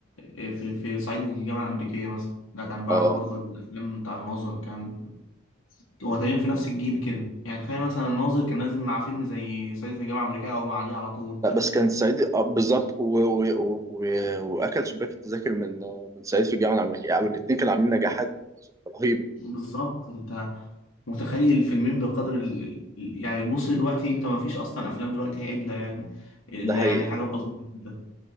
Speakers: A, on the left; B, on the right.
A: آه، في في صعيدي في الجامعة الأمريكية مثلا ده كان بعد
B: اه
A: برضو الأفلام بتاع الناظر كان هو تقريبا في نفس الجيل كده يعني تخيل مثلا الناظر كان نازل مع فيلم زي صعيدي في الجامعة الأمريكية أو بعديه على طول
B: لا بس كان سعيد آه بالظبط و... و... و... و... واكل شباك التذاكر من من سعيد في الجامعه الامريكيه يعني الاثنين كانوا عاملين نجاحات رهيبه
A: بالظبط انت متخيل الفيلمين بقدر ال... ال- يعني بص دلوقتي انت ما فيش اصلا افلام دلوقتي عدله يعني الا
B: ده حقيقي
A: يعني حاجات بسيطه جدا